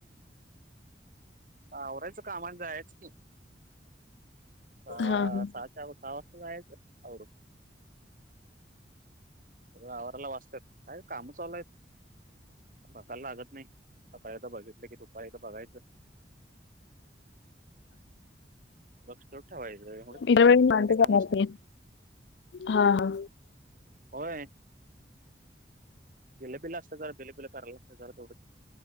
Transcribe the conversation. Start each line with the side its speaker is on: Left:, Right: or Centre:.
Right: आवरायचं कामान जायच की, आ
Left: हा हा
Right: सा सामस्यक <unintelligible> आवाराला वाचतय काय काम चाललाय बघायला लागत नाही, सकाळी आता बघितल की दुपारी एकदा बघायचं. लक्ष ठेवायचं एवढं,
Left: इतर वेळी निवांत
Right: कायले काम
Left: जाणार
Right: असते.
Left: मी हा हा
Right: होय. बिलं-बिल असत, जरा बिल-बिले करायला असत जरा तेवढंच,